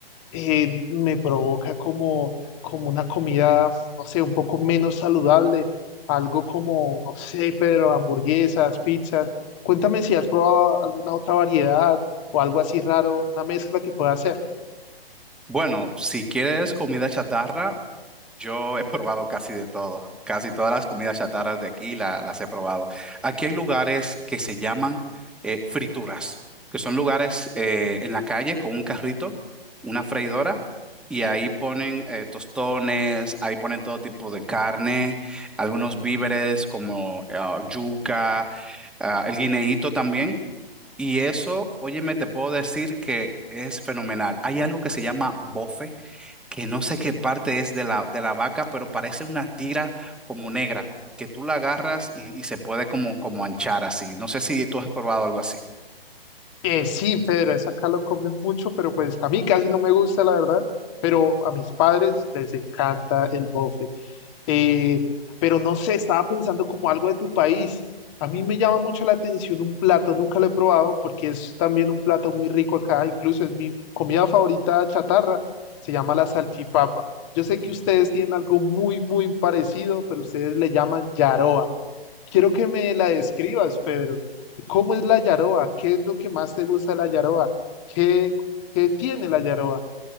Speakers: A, on the left; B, in the centre.
A: eh, me provoca como, como una comida, no sé, un poco menos saludable, algo como, no sé, Pedro, hamburguesas, pizzas. Cuéntame si has probado alguna otra variedad o algo así raro, una mezcla que pueda hacer.
B: Bueno, si quieres comida chatarra, Yo he probado casi de todo, casi todas las comidas chatarras de aquí la- las he probado. Aquí hay lugares que se llaman eh, frituras, que son lugares eh, en la calle con un carrito, una freidora, y ahí ponen eh, tostones, ahí ponen todo tipo de carne, algunos víveres como ah, yuca, ah, el guineíto también. Y eso, óyeme, te puedo decir que es fenomenal. Hay algo que se llama bofe, que no sé qué parte es de la, de la vaca, pero parece una tira como negra, que tú la agarras y, y se puede como, como anchar así. No sé si tú has probado algo así.
A: Eh, sí, Pedro, es acá lo comen mucho, pero pues a mí casi no me gusta, la verdad, pero a mis padres les encanta el bofe. Eh, pero no sé, estaba pensando como algo de tu país. A mí me llama mucho la atención un plato, nunca lo he probado porque es también un plato muy rico acá, incluso es mi comida favorita chatarra, se llama la salchipapa. Yo sé que ustedes tienen algo muy, muy parecido, pero ustedes le llaman yaroa. Quiero que me la describas, Pedro. ¿Cómo es la yaroa? ¿Qué es lo que más te gusta de la yaroa? ¿Qué, qué tiene la yaroa?